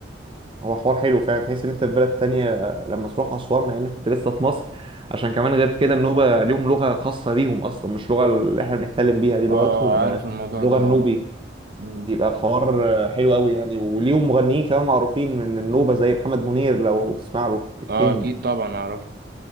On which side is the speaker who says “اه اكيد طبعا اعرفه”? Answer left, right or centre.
Right